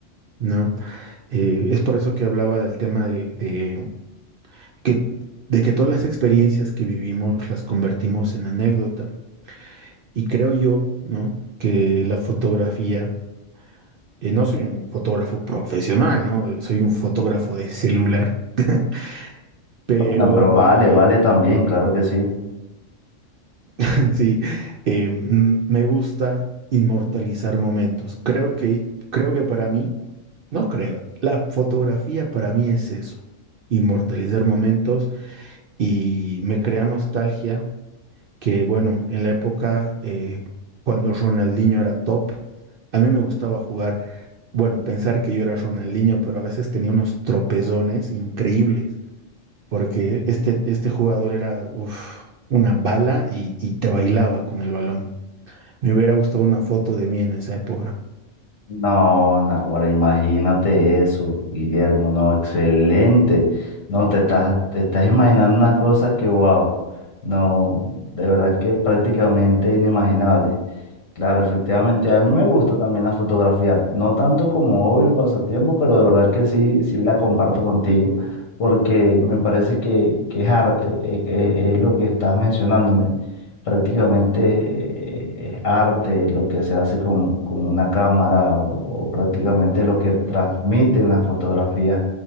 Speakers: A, on the right; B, on the left.
A: ¿no? Eh, es por eso que hablaba del tema de, de que, de que todas las experiencias que vivimos las convertimos en anécdota. Y creo yo, ¿no? Que la fotografía, eh, no soy un fotógrafo profesional, ¿no? Soy un fotógrafo de celular, <laughs> pero
B: Bueno, pero vale,
A: eh,
B: vale también, claro que sí.
A: <laughs> Sí, eh, mm, me gusta inmortalizar momentos. Creo que, creo que para mí, no creo, la fotografía para mí es eso, inmortalizar momentos y me crea nostalgia que, bueno, en la época eh, cuando Ronaldinho era top, a mí me gustaba jugar, bueno, pensar que yo era Ronaldinho, pero a veces tenía unos tropezones increíbles porque este, este jugador era uf, una bala y, y te bailaba con el balón. Me hubiera gustado una foto de mí en esa época.
B: No, ahora imagínate eso, Guillermo, no, excelente. No, te estás, te estás imaginando unas cosas que, wow, no, de verdad que prácticamente inimaginable. Claro, efectivamente, a mí me gusta también la fotografía, no tanto como hobby o pasatiempo, pero de verdad que sí, sí la comparto contigo, porque me parece que, que es arte, es, es- es lo que estás mencionándome prácticamente eh, es arte lo que se hace con, con una cámara o, prácticamente lo que transmiten las fotografías.